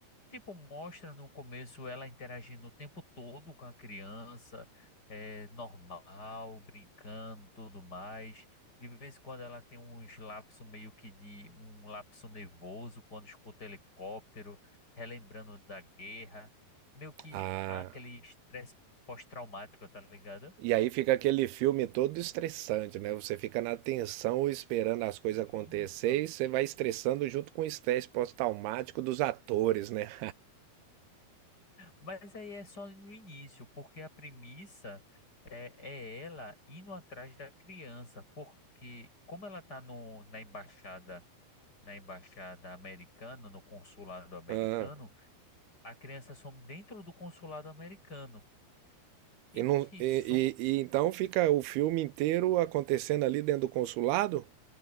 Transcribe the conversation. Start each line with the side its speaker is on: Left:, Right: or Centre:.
Left: Tipo, mostra no começo ela interagindo o tempo todo com a criança, é, normal, brincando, tudo mais. De vez em quando ela tem uns lapsos meio que de um lapso nervoso quando escuta helicóptero, relembrando da guerra, meio que
Right: Ah,
Left: aquele estresse pós-traumático, tá ligado?
Right: e aí fica aquele filme todo estressante, né? Você fica na tensão esperando as coisas
Left: Isso.
Right: acontecer e você vai estressando junto com o estresse pós-traumático dos atores, né?
Left: Mas aí é só no início, porque a premissa é, é ela indo atrás da criança, porque como ela está no, na embaixada, na embaixada americana, no consulado americano,
Right: Ah.
Left: a criança some dentro do consulado americano. E
Right: E,
Left: no
Right: não,
Left: que
Right: e,
Left: some,
Right: e- e então fica o filme inteiro acontecendo ali dentro do consulado?